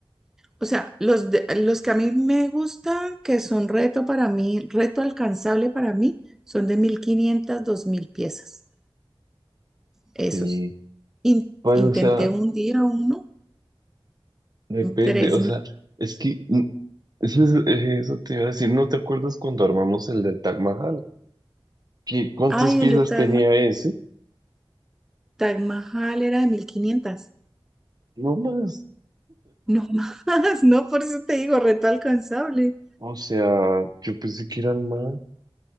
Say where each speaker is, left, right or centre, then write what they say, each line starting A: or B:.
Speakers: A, in the centre; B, on the right.
A: o sea, los, de- los que a mí me gustan, que son reto para mí, reto alcanzable para mí, son de 1500, 2000 piezas. Esos.
B: Sí.
A: in-
B: Pues,
A: intenté
B: o sea,
A: un día uno,
B: depende,
A: tres
B: o
A: mil
B: sea, es que mm, eso, es- eh, eso te iba a decir, ¿no te acuerdas cuando armamos el del Taj Mahal? ¿Qué, cuántas
A: Ay,
B: piezas
A: el de Taj,
B: tenía
A: Ma-
B: ese?
A: Taj Mahal era de 1500.
B: No más.
A: No más, <laughs> no, por eso te digo, reto alcanzable.
B: O sea, yo pensé que eran más.